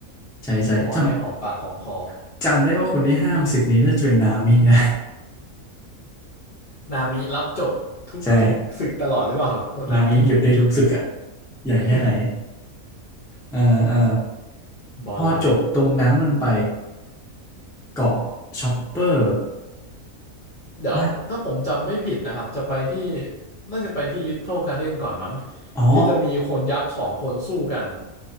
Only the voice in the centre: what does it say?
ใช่ใช่จ
ำจำได้ว่าคนที่ห้ามศึกนี้น่าจะเป็นนามินะ
<laughs> ใช่นามิหยุดได้ทุกศึกอะใหญ่แค่ไหน
เออเออ
พอจบตรงนั้นมันไปเกาะชอปเปอร์
วะ
อ๋อ